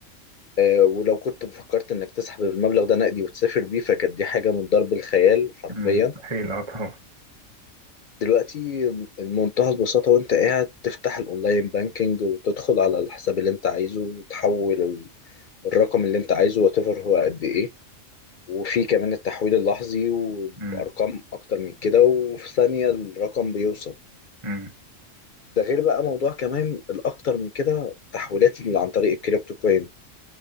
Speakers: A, on the left (about 60°); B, on the right (about 25°).
A: آه، ولو كنت فكرت انك تسحب المبلغ ده نقدي وتسافر بيه فكانت دي حاجة من ضرب الخيال حرفيا
B: مم، مستحيل اه طبعا
A: دلوقتي بمنتهى البساطة وانت قاعد تفتح الاونلاين بانكينج وتدخل على الحساب اللي انت عايزه وتحول ال- الرقم اللي انت عايزه واتيفر هو قد ايه وفي كمان التحويل اللحظي وبأرقام
B: مم،
A: اكتر من كده وفي ثانية الرقم بيوصل
B: مم.
A: ده غير بقى موضوع كمان الاكتر من كده تحويلات اللي عن طريق الكريبتو كوين